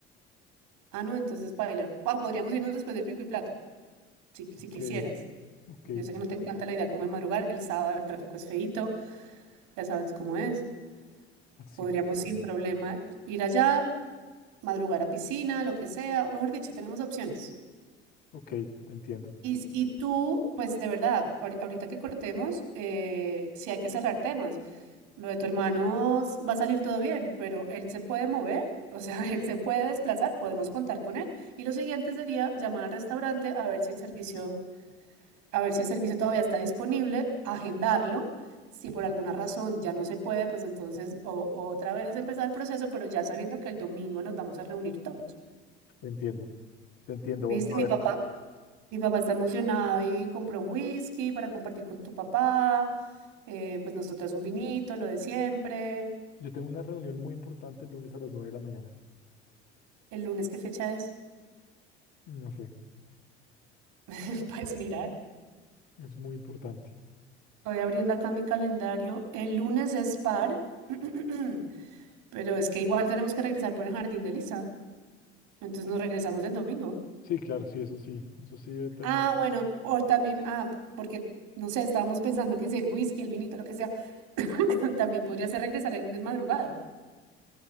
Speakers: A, on the right; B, on the left.
A: Ah, no, entonces paila. Ah, podríamos irnos después del pico y placa, si,
B: Ok,
A: si quisieras.
B: ok, te
A: Yo sé que
B: entiendo.
A: no te encanta la idea como de madrugar. El sábado el tráfico es feíto, ya sabes cómo es.
B: Sí,
A: Podríamos
B: puede ser.
A: sin problema ir allá, madrugar a piscina, lo que sea. O mejor dicho, tenemos opciones.
B: Ok, te entiendo,
A: Y, y tú, pues de verdad, ahori- ahorita que cortemos, eh, sí hay que cerrar temas. Lo de tu hermano s- va a salir todo bien, pero él se puede mover, o sea, <laughs> él se puede desplazar, podemos contar con él. Y lo siguiente sería llamar al restaurante a ver si el servicio, a ver si el servicio todavía está disponible, agendarlo. Si por alguna razón ya no se puede, pues entonces o, otra vez empezar el proceso, pero ya sabiendo que el domingo nos vamos a reunir todos.
B: te entiendo, te entiendo,
A: ¿Viste,
B: vamos
A: mi
B: a ver.
A: papá? Mi papá está emocionado y compró un whisky para compartir con tu papá. eh, pues nosotras un vinito, lo de siempre.
B: Yo tengo una reunión muy importante el lunes a las nueve de la mañana.
A: ¿El lunes qué fecha es?
B: No sé,
A: <laughs> Pues mira,
B: es muy importante.
A: estoy abriendo acá mi calendario. El lunes es par, <clears throat> pero es que igual tenemos que regresar por el jardín de Lisa. Entonces nos regresamos el domingo.
B: Sí, claro, sí, eso sí, eso sí determina.
A: Ah, bueno, o también, ah, porque no sé, estábamos pensando que si el whisky, el vinito, lo que sea, <coughs> <clears throat> también podría ser regresar el lunes madrugada.